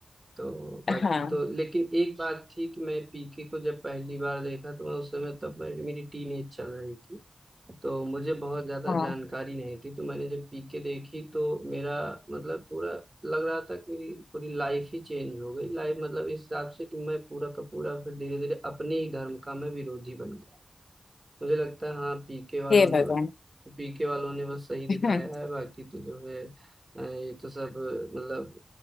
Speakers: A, on the right (about 40°); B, on the left (about 80°).
A: तो बाकी
B: हाँ
A: तो लेकिन एक बात थी कि मैं पीके को जब पहली बार देखा तो मैं उस समय तब मेरी मेरी टीनेज चल रही थी तो मुझे बहुत ज्यादा
B: हाँ,
A: जानकारी नहीं थी तो मैंने जब पीके देखी तो मेरा मतलब पूरा लग रहा था कि मेरी पूरी लाइफ ही चेंज हो गई लाइफ मतलब इस हिसाब से कि मैं पूरा का पूरा फिर धीरे धीरे अपने ही धर्म का मैं विरोधी बन गया मुझे लगता है हाँ पीके वालों
B: हे
A: ने
B: भगवान
A: पीके वालों ने बस सही दिखाया
B: <laughs>
A: है बाकी तो जो है अ, ये तो सब अ, मतलब